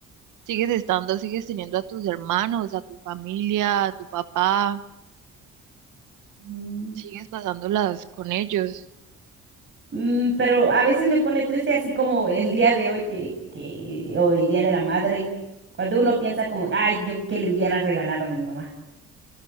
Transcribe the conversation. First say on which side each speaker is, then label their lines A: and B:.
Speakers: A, on the right; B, on the right.
A: sigues estando, sigues teniendo a tus hermanos, a tu familia, a tu papá,
B: Mm.
A: sigues pasándolas con ellos.
B: Mm, pero a veces me pone triste así como el día de hoy que, que, o el día de la madre, cuando uno piensa como, ay, yo que le hubiera regalado a mi mamá.